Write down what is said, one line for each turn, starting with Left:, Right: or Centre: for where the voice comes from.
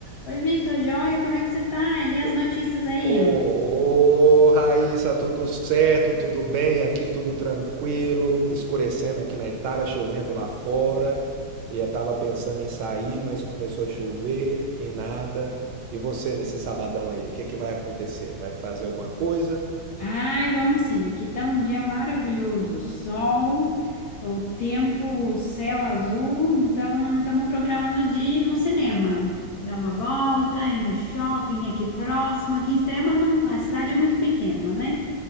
Left: Oi, Vitor, joia, como é que você tá? E as
Right: Ô,
Left: notícias aí?
Right: ô, ô, Raíssa, tudo certo? Tudo bem? Aqui tudo tranquilo. Escurecendo aqui na Itália, chovendo lá fora. E eu tava pensando em sair, mas começou a chover e nada. E você nesse sabadão aí, o que que vai acontecer? Vai fazer alguma coisa?
Left: Ai, vamos sim, aqui tá um dia maravilhoso, sol, o tempo, o céu azul, então estamos programando de ir no cinema, dar uma volta, ir no shopping aqui próximo, aqui em Extrema não- a cidade é muito pequena, né?